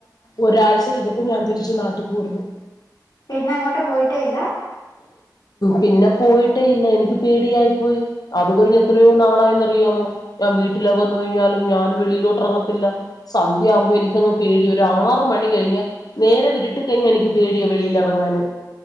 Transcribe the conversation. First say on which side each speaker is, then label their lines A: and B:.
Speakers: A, on the left; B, on the left.
A: ഒരാഴ്ചാ കഴിഞ്ഞിപ്പോ ഞാൻ തിരിച്ചു നാട്ടിപ്പോരുന്നു
B: പിന്നെ അങ്ങോട്ട് പോയിട്ടോ ഇല്ല
A: പിന്നെ പോയിട്ടേ ഇല്ല എനിക്ക് പേടിയായിപ്പോയി അത് കഴിഞ്ഞ
B: ഉം
A: എത്രയോ നാളായ അറിയാമോ ഞാൻ വീട്ടിലേക്ക് വന്നു കഴിഞ്ഞാലും ഞാൻ വെളിയിലോട്ടിറങ്ങത്തില്ല സന്ത്യ യാകുമ്പോ എനിക്കങ്ങ് പേടി ഒരു ആറ മണി കഴിഞ്ഞ നേരെ വിരുട്ട കഴിഞ്ഞ എനിക്ക് പേടിയ വെളിയിൽ ഇറങ്ങാന്